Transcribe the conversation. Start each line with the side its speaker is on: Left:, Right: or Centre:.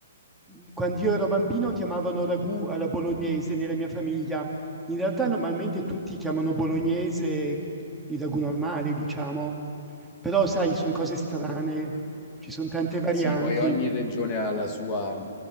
Centre: mm, quando io ero bambino chiamavano ragù alla bolognese nella mia famiglia. In realtà normalmente tutti chiamano bolognese il ragù normale, diciamo. Però sai, sono cose strane, ci sono tante varianti.
Left: Sì, poi ogni regione ha la sua,